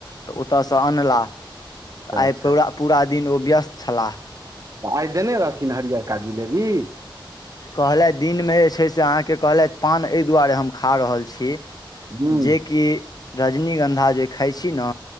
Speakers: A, on the left; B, on the right.
A: तऽ ओतयसँ अनलाह तऽ
B: अच्छा
A: आई
B: अच्छा
A: पूरा पूरा दिन ओ व्यस्त छलाह
B: तऽ आई देने रहथिन हरियरका जिलेबी
A: कहलथि दिनमे जे छै से अहाँकेँ कहलथि पान एहि दुआरे हम खा रहल छी
B: हूँ
A: जेकि रजनीगन्धा जे खाई छी ना